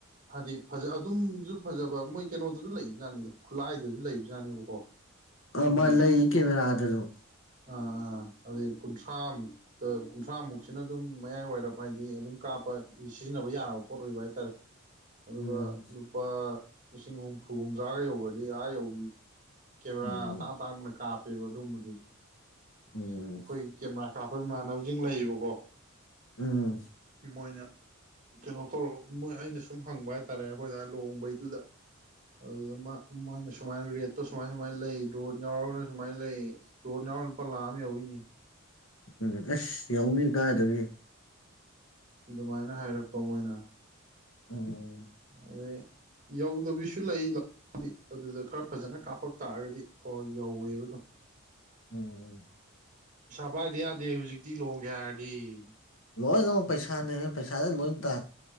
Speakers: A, on the right; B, on the left.
A: ꯍꯥꯏꯗꯤ ꯐꯖ ꯑꯗꯨꯝꯁꯨ ꯐꯖꯕ ꯃꯣꯏ ꯀꯩꯅꯣꯗꯁꯨ ꯂꯩꯕꯖꯥꯠꯅꯤꯗ ꯈꯨꯠꯂꯥꯏꯗꯁꯨ ꯂꯩꯕꯖꯥꯠꯅꯦꯕꯀꯣ
B: ꯑ
A: ꯑꯗꯨꯝ
B: ꯃꯥ ꯂꯩ ꯀꯦꯃꯦꯔꯥꯗꯁꯨ
A: ꯑꯥ ꯑꯥ ꯑꯗꯨꯗꯩ ꯀꯨꯟꯊ꯭ꯔꯥꯃꯨꯛꯇ ꯀꯨꯟꯊ꯭ꯔꯥꯃꯨꯛꯁꯤꯅ ꯑꯗꯨꯝ ꯃꯌꯥꯏ ꯋꯥꯏꯔꯞ ꯍꯥꯏꯗꯤ ꯑꯗꯨꯝ ꯀꯥꯞꯄ ꯁꯤꯖꯤꯟꯅꯕ ꯌꯥꯔꯕ ꯄꯣꯠ ꯑꯣꯏꯕ ꯍꯥꯏꯇꯥꯔꯦ ꯑꯗꯨꯒ
B: ꯎꯝ
A: ꯂꯨꯄꯥ ꯂꯤꯁꯤꯡ ꯍꯨꯝꯐꯨ ꯍꯨꯝꯗ꯭ꯔꯥꯒ ꯌꯧꯒ꯭ꯔꯗꯤ ꯑꯥ ꯌꯧꯕꯤ ꯀꯦꯃꯔꯥ
B: ꯎꯝ
A: ꯑꯇꯥꯡ ꯑꯇꯥꯡꯕꯅ ꯀꯥꯞꯄꯦꯕ ꯑꯗꯨꯒꯨꯝꯕꯗꯨꯗꯤ <inaudible> ꯑꯩꯈꯣꯏ
B: ꯎꯝ
A: ꯀꯦꯃꯦꯥ ꯀꯥꯞꯄ ꯏꯃꯥꯟꯅꯕꯁꯤꯡ ꯂꯩꯌꯦꯕꯀꯣ
B: ꯎꯝ
A: ꯃꯣꯏꯅ ꯀꯩꯅꯣ ꯇꯧꯔ ꯃꯣꯏ ꯑꯩꯅ ꯁꯨꯝ ꯍꯪꯕ ꯍꯥꯏꯇꯥꯔꯦ ꯑꯩꯈꯣꯏꯗ ꯂꯨꯍꯣꯡꯕꯩꯗꯨꯗ ꯑꯗꯨꯗ ꯃꯣꯏꯅ ꯁꯨꯃꯥꯏꯅ ꯔꯦꯠꯇꯣ ꯁꯨꯃꯥꯏ ꯁꯨꯃꯥꯏꯅ ꯂꯩ ꯗ꯭ꯔꯣꯟ ꯌꯥꯎꯔꯒꯅ ꯁꯨꯃꯥꯏꯅ ꯂꯩ ꯗ꯭ꯔꯣꯟ ꯌꯥꯎꯔꯒꯅꯥ ꯂꯨꯄꯥ ꯂꯥꯛ ꯑꯃ ꯌꯧꯋꯤꯅꯦꯍꯦ
B: ꯎꯝ ꯑꯁ ꯌꯧꯅꯤ ꯀꯥꯏꯗꯒꯤ
A: ꯑꯗꯨꯃꯥꯏꯅ ꯍꯥꯏꯔꯛꯄ ꯃꯣꯏꯅ
B: ꯑꯣ
A: ꯑꯗꯩ ꯌꯧꯗꯕꯤꯁꯨ ꯂꯩ ꯑꯗꯨꯗ ꯈꯔ ꯐꯖꯅ ꯀꯥꯞꯄꯛ ꯇꯥꯔꯒꯗꯤ ꯀꯣ ꯌꯧꯋꯦꯕꯗꯣ
B: ꯎꯝ ꯎꯝ
A: ꯄꯩꯁꯥ ꯄꯥꯏꯗ ꯌꯥꯗꯦ ꯍꯧꯖꯤꯛꯇꯤ ꯂꯨꯍꯣꯡꯒꯦ ꯍꯥꯏꯔꯗꯤ ꯎ <unintelligible>
B: ꯂꯣꯏꯅꯃꯛ ꯄꯩꯁꯥꯅꯦ ꯄꯩꯁꯥꯥꯗ ꯂꯣꯏꯅ ꯇꯥꯏ